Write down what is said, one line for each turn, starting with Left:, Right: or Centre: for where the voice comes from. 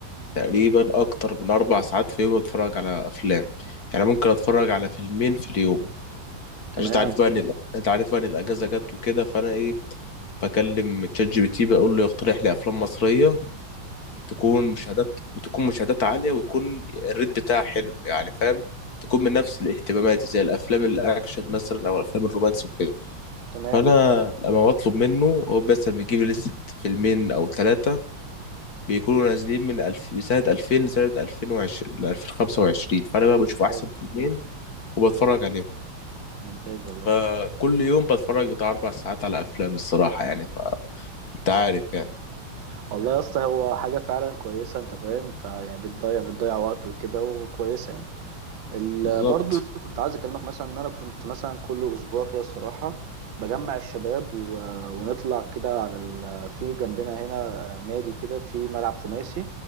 Left: تقريبا أكتر من أربع ساعات في يوم أتفرج على أفلام يعني ممكن أتفرج على فيلمين في اليوم
Right: تمام
Left: عشان أنت عارف بقى إن الأ- أنت عارف بقى إن الأجازة جت وكده فأنا إيه بكلم تشات جي بي تي بقول له يقترح لي أفلام مصرية تكون مشاهدات تكون مشاهدات عالية ويكون الريت بتاعها حلو يعني فاهم تكون من نفس الاهتمامات زي الأفلام الأكشن مثلا أو الأفلام الرومانسي وكده
Right: تمام
Left: فأنا لما بطلب منه هو بس بيجيب لي لستة فيلمين أو ثلاثة بيكونوا نازلين من ألف... من سنة 2000 لسنة 2020 ل 2025 فأنا بقى بشوف أحسن
Right: ممتاز
Left: فيلمين وبتفرج عليهم
Right: ممتاز والله
Left: فكل يوم بتفرج بتاع أربع ساعات على أفلام الصراحة يعني فأنت عارف يعني
Right: والله يا اسطى هو حاجة فعلا كويسة انت فاهم فيعني بتضيع بتضيع وقت وكده وكويسة يعني ال...
Left: بالظبط
Right: برضه يا اسطى كنت عايز اكلمك مثلا ان انا كنت مثلا كل اسبوع كده الصراحة بجمع الشباب و... ونطلع كده على ال... في جنبنا هنا نادي كده في ملعب خماسي